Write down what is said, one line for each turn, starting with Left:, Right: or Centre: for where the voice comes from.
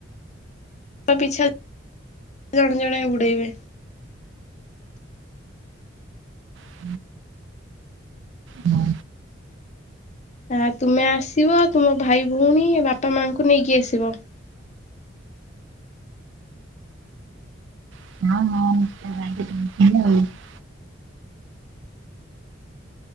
Left: ଘର ପିଛା ଜଣେ ଜଣେ ବୁଡେଇବେ।
Right: ହ ହଁ
Left: ଆ ତୁମେ ଆସିବ ତୁମ ଭାଇ ଭଉଣୀ ବାପା ମାଙ୍କୁ ନେଇକି ଆସିବ।
Right: <inaudible>